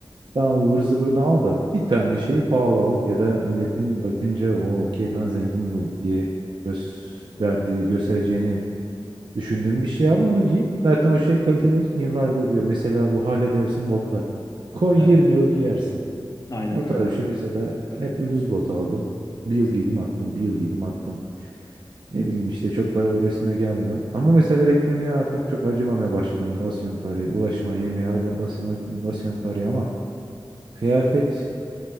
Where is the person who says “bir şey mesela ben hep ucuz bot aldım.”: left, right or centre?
Right